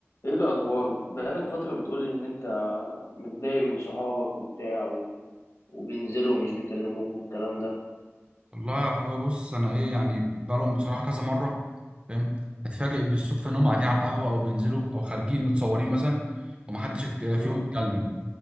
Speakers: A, on the left; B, on the right.
A: ايه الاخبار بقالك فتره بتقولي ان انت متضايق من صحابك وبتاع و... وبينزلوا ومش بيكلموك والكلام ده
B: والله يا اخويا بص انا ايه يعني بقالهم بصراحه كذا مره فاهم اتفاجئ بالصدفه ان هم قاعدين على القهوه او بينزلوا او خارجين متصورين مثلا ومحدش يتك- فيهم
A: مم.
B: يتكلم